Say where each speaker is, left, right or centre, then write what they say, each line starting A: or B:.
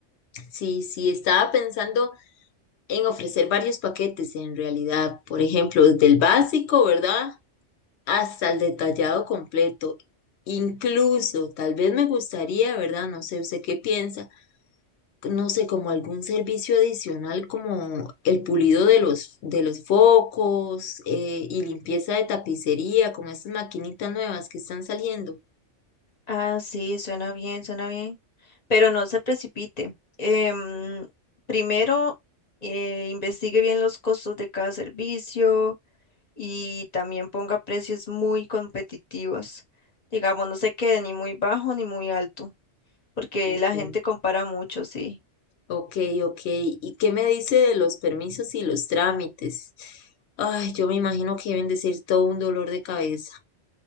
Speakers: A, on the left; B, on the left.
A: sí, sí, estaba pensando en ofrecer varios paquetes en realidad, por ejemplo, desde el básico, ¿verdad? Hasta el detallado completo. Incluso, tal vez me gustaría, ¿verdad? No sé, ¿usted qué piensa? no sé, como algún servicio adicional como el pulido de los, de los focos eh, y limpieza de tapicería, como estas maquinitas nuevas que están saliendo.
B: Ah, sí, suena bien, suena bien, pero no se precipite. Em, primero, eh, investigue bien los costos de cada servicio y también ponga precios muy competitivos. Digamos, no se quede ni muy bajo ni muy alto, porque
A: Ok.
B: la gente compara mucho, sí.
A: Ok, ok. ¿Y qué me dice de los permisos y los trámites? Ay, yo me imagino que deben de ser todo un dolor de cabeza.